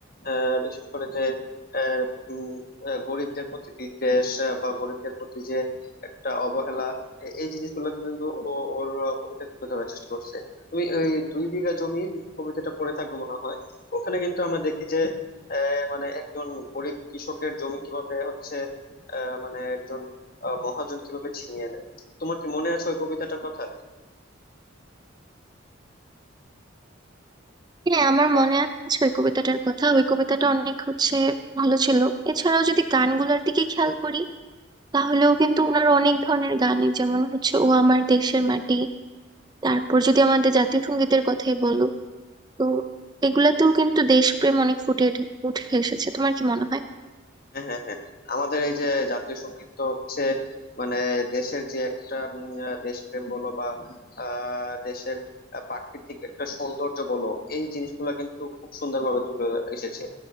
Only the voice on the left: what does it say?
আহ, বিশেষ করে যে আহ, উম, আহ, গরিবদের প্রতি বিদ্বেষ আহ, বা গরিবদের প্রতি যে একটা অবহেলা এ- এই জিনিসগুলো কিন্তু ও ওর আহ, কবিতায় তুলে ধরার চেষ্টা করছে তুমি ওই দুই বিঘা জমি কবিতাটা পড়ে থাকবে মনে হয় ওখানে কিন্তু আমরা দেখি যে আহ, মানে একজন গরিব কৃষকের জমি কিভাবে হচ্ছে আহ, মানে একজন আহ, মহাজন কিভাবে ছিনিয়ে নেয় তোমার কি মনে আছে ওই কবিতাটার কথা
বা
হ্যাঁ হ্যাঁ হ্যাঁ আমাদের এই যে জাতীয় সঙ্গীত তো হচ্ছে মানে দেশের যে একটা উম, আহ, দেশপ্রেম বলো বা আহ, দেশের আহ, প্রাকৃতিক একটা সৌন্দর্য বলো এই জিনিসগুলো কিন্তু খুব সুন্দরভাবে তুলে এসেছে